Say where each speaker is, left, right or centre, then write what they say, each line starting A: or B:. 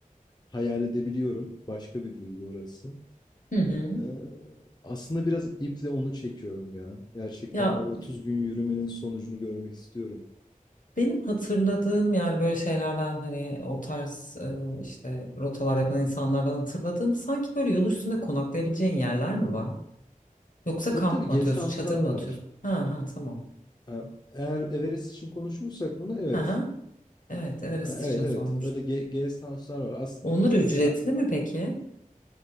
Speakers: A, on the left; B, on the left.
A: hayal edebiliyorum. Başka bir duygu orası.
B: Hı hı.
A: Ee, aslında biraz iple onu çekiyorum ya. Gerçekten
B: Ya
A: o 30 gün yürümenin sonucunu görmek istiyorum.
B: Benim hatırladığım yani böyle şeylerden hani o tarz e, işte rotalar yapan insanlardan hatırladığım sanki böyle yol üstünde konaklayabileceğin yerler mi var? Yoksa
A: Tabii
B: kamp
A: tabii
B: mı
A: guest
B: atıyorsun,
A: house'lar
B: çadır mı
A: var.
B: atıyorsun? Ha ha tamam.
A: Ee, eğer Everest için konuşuyorsak bunu evet.
B: Ha ha. Evet, Everest
A: Ee, evet
B: için sormuştum.
A: evet öyle ge guest house'lar var. As
B: Onlar ücretli
A: A-
B: mi peki?